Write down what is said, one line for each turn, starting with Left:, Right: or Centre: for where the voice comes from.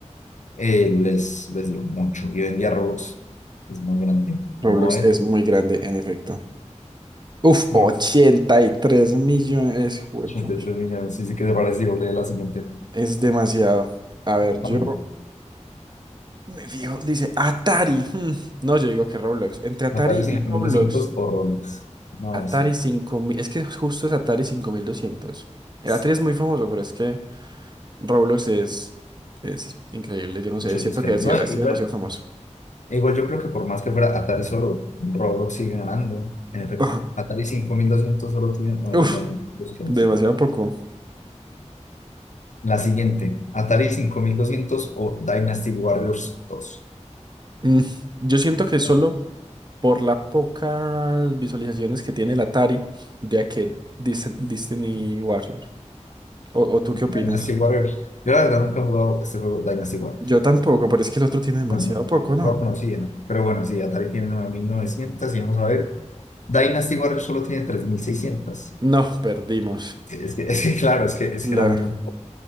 Left: Eh, les, les dio mucho. Y hoy en día Roblox es muy grande.
Right: Roblox
Left: Vamos a ver.
Right: es muy grande, en efecto. Uf, 83
Left: Roblox
Right: millones, juepucha,
Left: 83 millones. Sí, sí, ¿qué te parece? Digo, lee la siguiente.
Right: es demasiado. A ver, yo
Left: No, no, no.
Right: me fijo, dice Atari. hmm, No, yo digo que Roblox. Entre Atari
Left: Atari cinco
Right: y Roblox,
Left: mil doscientos o Roblox. No,
Right: Atari
Left: sí.
Right: 5000, es que justo es Atari 5200. El
Left: Es
Right: Atari es muy famoso, pero es que Roblox es, es increíble, yo no
Left: Mucho
Right: sé, siento
Left: los que
Right: que
Left: hay.
Right: ha
Left: No,
Right: sido, ha sido
Left: igual,
Right: demasiado famoso.
Left: igual yo creo que por más que fuera Atari solo, Roblox sigue ganando. En efecto.
Right: <laughs>
Left: Atari cinco mil doscientos solo tiene 9900
Right: Uf,
Left: búsquedas.
Right: demasiado poco.
Left: La siguiente. Atari cinco mil doscientos o Dynasty Warriors dos
Right: Mm, Yo siento que solo
Left: ¿no?
Right: por las pocas visualizaciones que tiene el Atari de aquel Dis- Destiny Warrior. ¿O, o tú qué opinas?
Left: Dynasty Warriors. Yo la verdad nunca he jugado este juego Dynasty Warriors.
Right: Yo tampoco, pero es que el otro tiene demasiado
Left: No, no,
Right: poco,
Left: no
Right: ¿no?
Left: lo conocía, no pero bueno, sí, Atari tiene 9.900 y vamos a ver, Dynasty Warriors solo tiene tres mil seiscientos
Right: No, perdimos.
Left: Sí, Es que, es que claro, es que, es
Right: Claro,
Left: que era muy poco,